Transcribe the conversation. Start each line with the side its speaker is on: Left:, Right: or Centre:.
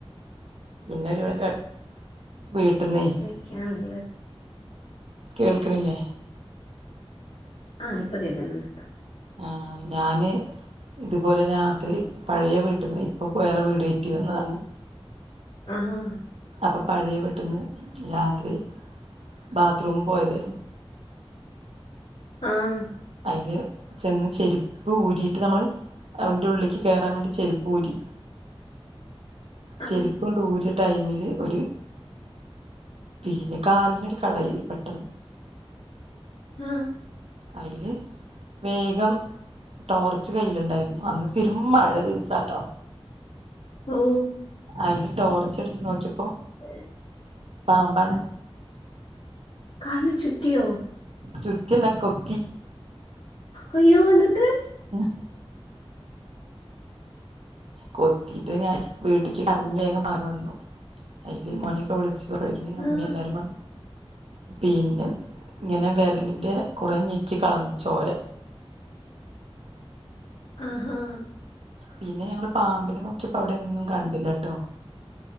Right: പിന്നെ ഒരു <unintelligible> വീട്ടന്നേയ്.
Left: <unintelligible> ണ്ള്ളത്
Right: കേൾക്കണില്ലേ?
Left: ആഹ് ഇപ്പൊ കേൾക്കുന്നുണ്ടത്താ.
Right: ആഹ് ഞാന് ഇതുപോലെ രാത്രി പഴയ വീട്ടിന്ന് ഇപ്പൊ വേറെ വീട് കയറ്റി വന്നതാണ്.
Left: ആഹാ...
Right: അപ്പൊ പഴയ വീട്ടിന്ന് രാത്രി ബാത്റൂം പോയതായിരുന്നു.
Left: ആഹ്,
Right: അതില് ചെന്ന് ചെരുപ്പ് ഊരിയിട്ട് നമ്മള് അയിന്റെ ഉള്ളിക്ക് കയറാൻ വേണ്ടി ചെരിപ്പൂഊരി,
Left: ആഹ്
Right: ശരി. ഊര്യ ടൈമില് ഒരു പിന്നെ കാലിനൊരു കടയല് പെട്ടെന്ന്.
Left: ആഹ്.
Right: അതിൽ വേഗം. ടോർച്ച് കയ്യിലുണ്ടായിരുന്നു അന്ന് പെരും മഴ ദിവസാട്ടോ...
Left: ഓഹ്.
Right: അയില് ടോർച്ച അടിച്ച് നോക്യായപ്പോ
Left: ഉം
Right: പാമ്പാണ്.
Left: കലിന് ചുറ്റിയോ!?
Right: ചുറ്റില്ല കൊത്തി.
Left: അയ്യോ ന്നിട്ട്?
Right: ഉം. കൊത്തിട്ട് ഞാൻ വീട്ട്ക്ക് കരഞ്ഞേകം പാഞ്ഞി വന്നു. അതില് മ്മാന്യോക്കെ വിളിച്ചി അയില് ഉമ്മി
Left: ആഹ്
Right: എല്ലാരും വ പിന്നെ ഇങ്ങനെ വിരലിന്റെ കുറെ ഞെക്കി കളഞ്ഞിച്ചോര
Left: ആഹാ.
Right: പിന്നെ ഞങ്ങള് പാമ്പിനെ നോക്കിയപ്പോ അവിടെന്നും കണ്ടില്ലട്ടോ.